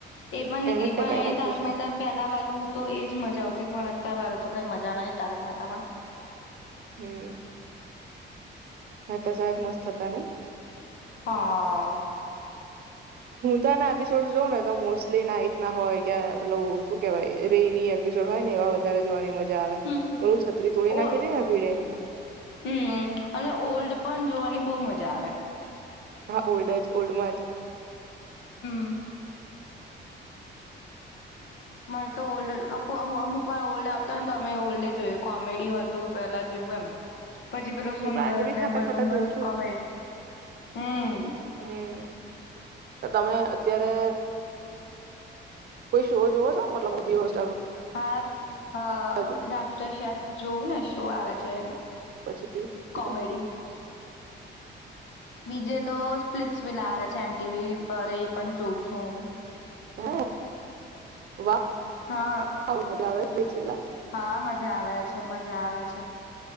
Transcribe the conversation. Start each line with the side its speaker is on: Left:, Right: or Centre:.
Left: એ પણ નીકળી
Right: એને જ ટકાઈ
Left: પણ
Right: રાખ્યું
Left: એ તારક
Right: છે
Left: મહેતા પહેલા વાર તો એજ મજા આવતી પણ વાર તો કઈ મજા નહી તારક મહેતામાં.
Right: હમ્મ મહેતા સાહેબ મસ્ત હતા નહી.
Left: હા
Right: હું તો આના એપિસોડ જોઉ ને તો મોસ્ટલી નાઈટ ના હોય કે પલુ શું કેવાય રેની એપિસોડ હોય ને એવા વધારે જોવાની મજા આવે
Left: હમ્મ
Right: ઓલું છત્રી તોડી
Left: ઓ
Right: નાખી દે ને ભીડેની
Left: હમ્મ અને ઓલ્ડ પણ જોવાની બો મજા આવે.
Right: હા ઓલ્ડ જ ઓલ્ડમાં જ.
Left: હમ્મ મને તો ઓલ્ડ ઓ અ અમુક વાર ઓલ્ડ આવતા હો ને તો અમે ઓલ્ડે જોયએ કોમેડી હતું પેલા જેવું એમ. પછી પેલું
Right: હું
Left: સુંદર
Right: તો આજે બી
Left: ને
Right: ખાતા
Left: બધું
Right: ખાતા
Left: મસ્ત
Right: જોઉં છું
Left: કોમેડ
Right: જ
Left: હમ્મ
Right: હમ તમે અત્યારે કોઈ શો જોવો. તો મતલબ <unintelligible> દિવસ
Left: હા હા
Right: જો
Left: લાફ્ટર શેફ જોવુંને શો આવે છે
Right: પછી બીજું
Left: કોમેડી બીજે તો સ્પ્લટ્સ વેલા આવે છે એમટીવી પર એ પણ જોં છું.
Right: હ વા
Left: હા.
Right: આવુ મજા આવે છે. <unintelligible>
Left: હા મજા આવે છે, મજા આવે છે.